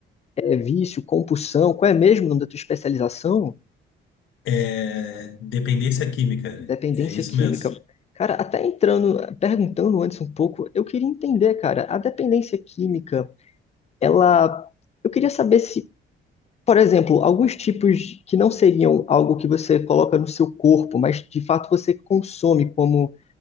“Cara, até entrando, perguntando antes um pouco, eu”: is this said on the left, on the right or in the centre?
Left